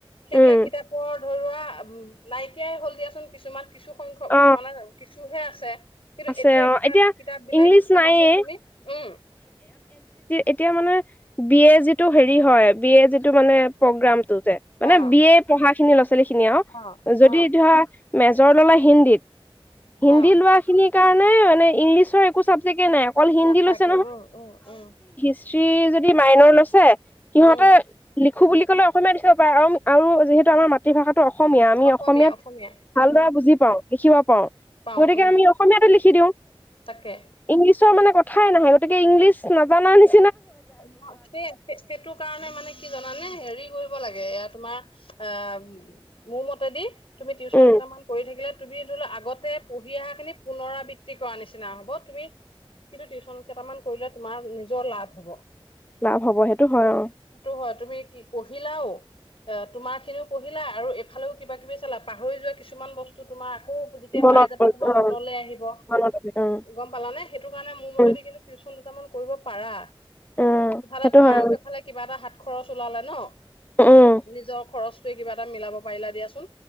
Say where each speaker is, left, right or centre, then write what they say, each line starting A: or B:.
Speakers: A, on the left (about 70°); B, on the left (about 20°).
A: সেইবিলাক
B: উম
A: কিতাপত ধৰ উ নাইকিয়াই হ'ল দিয়াচোন কিছুমান কিছু সংখ্যক
B: অ
A: মানে কিছুহে আছে আ কিন্তু
B: আছে
A: এতিয়া
B: অ
A: কিতাপ কিতাপ বিলাক
B: ইংলিছ
A: চাবাচোন
B: নাইয়ে
A: তুমি উম
B: এতিয়া মানে বিয় যিটো হেৰি হয় বিয় যিটো মানে প্ৰগ্ৰাম টো যে মানে
A: অ
B: বিয়ে পঢ়া খিনি াল খিনি আৰু
A: অ
B: যদি
A: অ
B: ধৰা মেজৰ ল'লে হিন্দীত হিন্দী
A: অ
B: লোৱা খিনিৰ কাৰণে ইংলিচৰ একো চাবজেক নাই অকল হিন্দী
A: নাথাকে
B: লৈছে
A: উম উম উম
B: স্ত্ৰী যদি মাইনৰ লৈছে সিহঁতে
A: উম
B: খু বুলি ক'লে অসমীয়া দেখিব পাৰে আৰু যিহেতু আমাৰ মাতৃভাষা অসমীয়া আমি
A: অসমীয়া
B: অসমীয়াত
A: অসমীয়া
B: ভালদৰে
A: উম
B: বুজি পাওঁ লিখিব পাওঁ
A: পাওঁ
B: গতিকে
A: উম
B: আমি অসমীয়াতো লিখি দিওঁ
A: তাকে
B: ইংলিছ মানে কথা া <unintelligible> ই নাহে গতিকে ইংলিছ নাজানা নিচনা
A: অ সেই সেইটো কাৰণে মানে কি জানে হেৰি কৰিব লাগে এয়া তোমাৰ অ মোৰ মতেদি তুমি টিউশন
B: উম
A: কেইটামান কৰিথাকিলে তুমি ধৰি লও আগতে পঢ়ি অহা খিনি পুনৰাবৃত্তি কৰা নিচিনা হব তুমি কিন্তু টিউশচন কেইটামান কৰিলে তোমাৰ নিজৰ লাভ হব
B: লাভ হ'ব সেইটো হয় আৰু।
A: সেইটো হয় তুমি কি পঢ়িলাও অ', তোমাৰ খিনিও পঢ়িলা আৰু এফালেও কিবা কিবি চালা পাহৰি যোৱা কিছুমান বস্তু তোমাৰ আকৌ যেতিয়া
B: মনত
A: পাই যাবা
B: পৰি
A: তোমাৰ
B: অ
A: মনলৈ আহিব
B: মনত উম
A: গম পালানে সেইটো কাৰণে মোৰ মতেদি
B: উম
A: কিন্তু টিউচন টামান কৰিব পাৰা।
B: উম
A: ইফালে
B: সেইটো
A: তোমাৰো
B: হয়
A: সেইফালে কিবা এটা হাত খৰচ ওলালে ন'।
B: উম
A: নিজৰ খৰচ ত' কিবা এটা মিলাব পাৰিলা দিয়া উম,